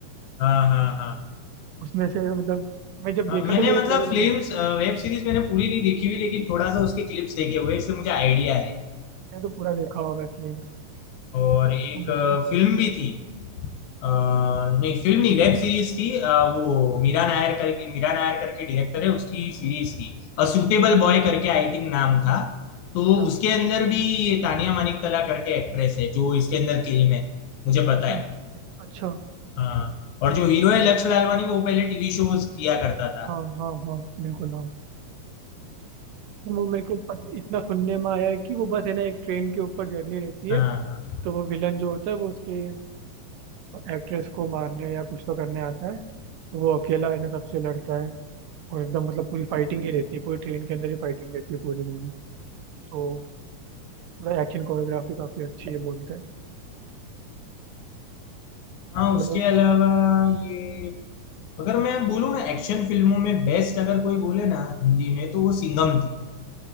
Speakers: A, on the left; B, on the right.
A: हाँ हाँ हाँ
B: उसमें से मतलब मैं जब
A: हाँ
B: देखा
A: मैंने
B: तो मेरे
A: मतलब
B: को पहले
A: फिल्म्स
B: लगा
A: वेब सीरीज मैंने पूरी नहीं देखी हुई लेकिन थोड़ा सा उसके क्लिप्स देखे हुए हैं, इसलिए मुझे आइडिया है
B: मैंने तो पूरा देखा होगा फ्लेम्स
A: और एक
B: तो उसकी
A: फिल्म भी थी अ, नहीं फिल्म नहीं वेब सीरीज थी अ, वो मीरा नायर करके मीरा नायर करके डायरेक्टर है उसकी सीरीज थी अ सूटेबल बॉय करके आई थिंक नाम था
B: अच्छा
A: तो उसके अंदर भी ये तानिया मानिक तला करके एक्ट्रेस है जो इसके अंदर किल में है, मुझे पता
B: अच्छा
A: है
B: अच्छा
A: हाँ और जो हीरो है लक्ष्य लालवानी वो पहले टीवी शोज किया करता था
B: हाँ हाँ हाँ बिल्कुल हाँ लेकिन वो मेरे को पत, इतना सुनने में आया है कि वो बस है ना एक ट्रेन के ऊपर जर्नी रहती
A: हाँ
B: है
A: हाँ
B: तो वो विलन जो होता है वो उसके एक्ट्रेस को मारने या कुछ तो करने आता है तो वो अकेला है ना सबसे लड़ता है और एकदम मतलब पूरी फाइटिंग ही रहती है पूरी ट्रेन के अंदर ही फाइटिंग रहती है पूरी मूवी तो पूरा एक्शन कोरियोग्राफी काफी अच्छी है बोलते हैं
A: हाँ
B: और
A: उसके अलावा ये अगर मैं बोलूँ ना एक्शन फिल्मों में बेस्ट अगर कोई बोले ना हिंदी में तो वो सिंघम थी